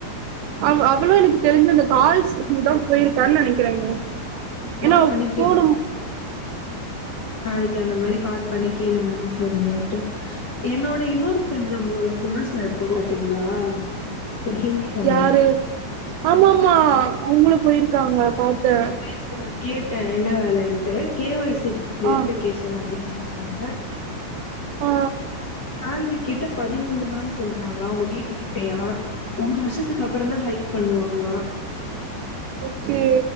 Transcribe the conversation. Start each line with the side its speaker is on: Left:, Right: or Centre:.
Right: அவ் அவ்ளு எனக்கு தெரிஞ்சு அந்த கால்ஸ் சென்டர்க்கு தா போயிருக்கான்னு நெனக்கிறேங்க
Left: கால்
Right: என்னா
Left: பண்ணி
Right: போதும்
Left: நாளக்கீ அந்த மாரி கால் பண்ணி கேளுங்க எங்க போறீங்கன்ட்டு என்னோட இன்னொரு ஃப்ரண்டு நம்ளோட க்ளாஸ்ல இருப்பா பாத்தீங்களா ஒரு ஹிந்தி பொண்ணு
Right: யாரு ஆமாம்மா அவ்ங்களு போய்ருக்காங்க பாத்தே
Left: பேருக்கு நான் கேட்டே என்ன வேலன்ட்டு கே ஒய் சி வெரிஃபிகேஷன்
Right: ஆ
Left: அப்டின்னு சொன்னாங்க
Right: ஆ
Left: சால்ரி கேட்டா பதிமூணுதானு சொ சொல்றாங்க அவ்ங்க வீட்டு கிட்டயா ஒரு வருஷத்துக்கு அப்றோ தா ஹைக் பண்ணுவாங்களா
Right: ஓக்கே